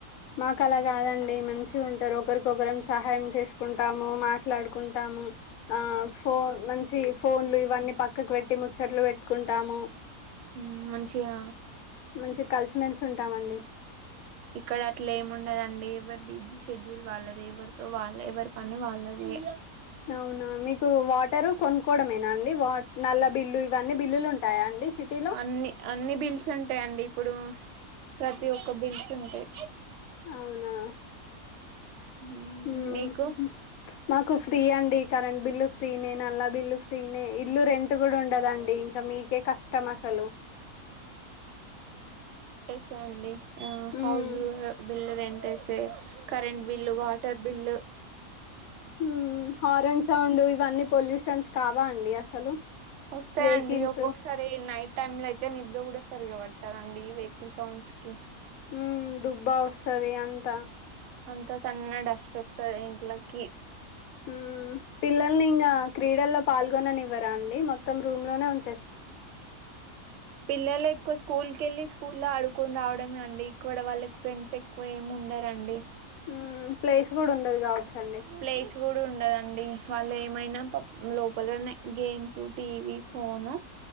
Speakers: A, on the left; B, on the right.
A: మాకు అలా కాదండి మంచిగా ఉంటారు ఒకరికొకరం సహాయం చేసుకుంటాము మాట్లాడుకుంటాము ఆ ఫోన్ మంచి ఫోన్లు ఇవన్నీ పక్కకు పెట్టి ముచ్చట్లు వెట్టుకుంటాము
B: ఉమ్ మంచిగా
A: మంచి కలిసిమెలిసి ఉంటామండి
B: ఇక్కడ అట్ల ఏమి ఉండదండి ఎవరి బిజీ షెడ్యూల్ వాళ్ళదే ఎవరితో వాళ్లే ఎవరి పని వాళ్ళదే
A: అవునా మీకు వాటరు కొనుక్కోవడమేనా అండి వా నల్ల బిల్లు ఇవన్నీ బిల్లులు ఉంటాయా అండి సిటీలో
B: అన్ని అన్ని బిల్స్ ఉంటాయండి ఇప్పుడు ప్రతి ఒక్క బిల్స్ ఉంటాయి
A: అవునా
B: ఉమ్
A: మ్మ్
B: మీకు
A: మాకు ఫ్రీ అండి కరెంట్ బిల్లు ఫ్రీనే నల్లా బిల్లు ఫ్రీనే ఇల్లు రెంట్ కూడా ఉండదండి ఇంకా మీకే కష్టం అసలు
B: సే అండి ఆ house
A: మ్మ్
B: bill rent current bill water bill
A: హ్మ్ హారన్ సౌండ్ ఇవన్నీ పొల్యూషన్స్ కావా అండి అసలు
B: వొస్తాయ్
A: వెహికల్స్
B: అండి ఒక్కొకసారి ఈ నైట్ టైమ్ ల అయితే నిద్ర కూడా సరిగావట్ దండి వెహికల్ సౌండ్స్ కి
A: ఉమ్ దుబ్బా వస్తది అంతా
B: అంత సన్న డస్ట్ వొస్తది ఇంట్లకి
A: హ్మ్ పిల్లల్ని ఇంగ క్రీడల్లో పాల్గొననివ్వరా అండి మొత్తం రూమ్ లోనే ఉ
B: పిల్లలు ఎక్కువ స్క్ స్కూల్కి ఎళ్ళి స్కూల్ల్లో ఆడుకొని రావడమే అండి ఇక్కడ వాళ్ళకి ఫ్రెండ్స్ ఎక్కువ ఏమి ఉండరండి
A: మ్మ్ ప్లేస్ కూడా ఉండదు కావచ్చండి
B: ప్లేస్ గూడ ఉండదండి వాళ్ళు ఏమైనా పప్ లోపలున్నాయ్ గేమ్స్ టీవీ ఫోను